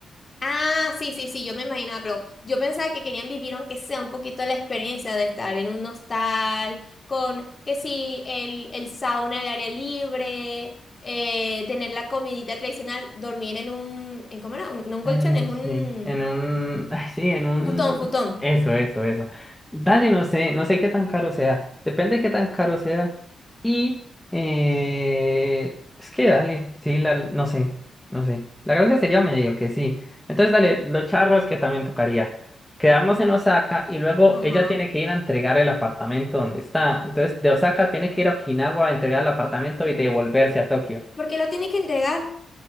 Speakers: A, on the left; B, in the centre.
A: Ah, sí, sí, sí, yo me imaginaba, pero yo pensaba que querían vivir aunque sea un poquito la experiencia de estar en un hostal, con que sí, el, el sauna, el área libre, eh, tener la comidita tradicional, dormir en un, en, ¿cómo era? Un- no un colchón,
B: Ay,
A: es un
B: sí, en un, ay, sí, en un,
A: futón, futón.
B: eso, eso, eso. Dale, no sé, no sé qué tan caro sea, depende de qué tan caro sea y eh... es que dale, sí, la... no sé, no sé. La gracia sería medio que sí. Entonces, dale, los charros que también tocaría. Quedarnos en Osaka y luego
A: Ajá.
B: ella tiene que ir a entregar el apartamento donde está. Entonces, de Osaka tiene que ir a Okinawa a entregar el apartamento y devolverse a Tokio,
A: ¿Por qué lo tiene que entregar?